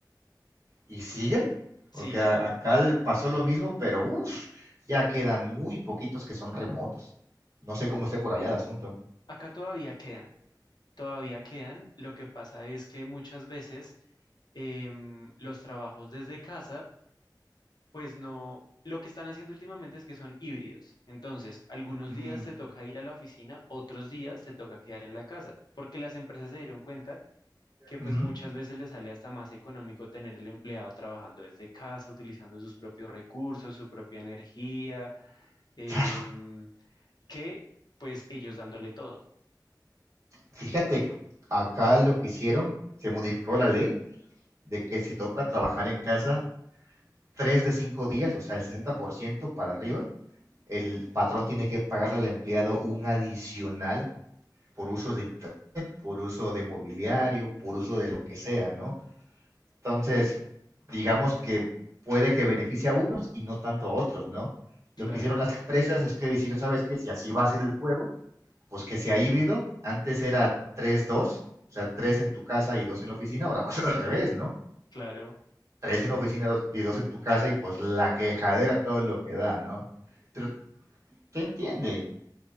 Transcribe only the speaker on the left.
Sí,
cl-
acá todavía quedan, todavía quedan. Lo que pasa es que muchas veces em, los trabajos desde casa, pues no, lo que están haciendo últimamente es que son híbridos. Entonces, algunos
días te toca ir a la oficina, otros días te toca quedar en la casa, porque las empresas se dieron cuenta que pues
muchas veces le sale hasta más económico tener el empleado trabajando desde casa, utilizando sus propios recursos, su propia energía, em,
que pues ellos dándole todo.
Claro,
claro.